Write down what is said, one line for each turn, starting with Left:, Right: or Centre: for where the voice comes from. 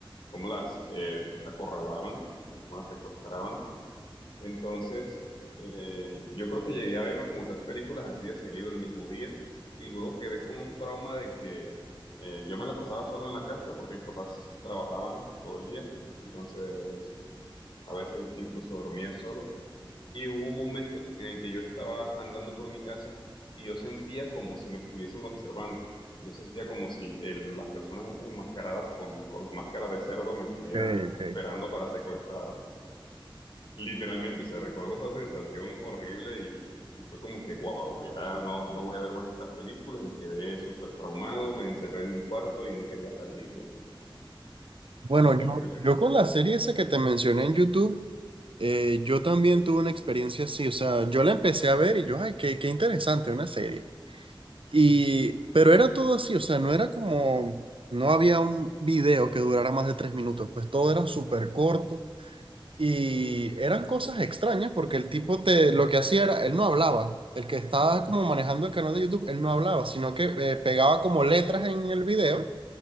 Left: cómo las eh, acorralaban, cómo las secuestraban. Entonces, eh, yo creo que llegué a verme como tres películas así de seguido el mismo día y luego quedé con un trauma de que eh, yo me la pasaba solo en la casa porque mis papás trabajaban todo el día, entonces a veces incluso dormía solo. Y hubo un momento en el que yo estaba andando por mi casa y yo sentía como si me estuviesen observando. Yo sentía como si el- las personas esas enmascaradas con, con las máscaras de cerdo me estuvieran
Right: ok.
Left: esperando para secuestrarme. Literalmente, o sea, recuerdo esa sensación horrible y, y fue como que, wow, ya no, no voy a ver más estas películas y quedé súper traumado, me encerré en mi cuarto y no quería salir y así.
Right: Bueno,
Left: Fue horrible.
Right: yo, yo con la serie esa que te mencioné en YouTube, eh, yo también tuve una experiencia así, o sea, yo la empecé a ver y yo, ay, qué, qué interesante, una serie. Y, pero era todo así, o sea, no era como, no había un video que durara más de tres minutos, pues todo era súper corto y eran cosas extrañas porque el tipo te, lo que hacía era, él no hablaba, el que estaba como manejando el canal de YouTube, él no hablaba, sino que eh, pegaba como letras en el video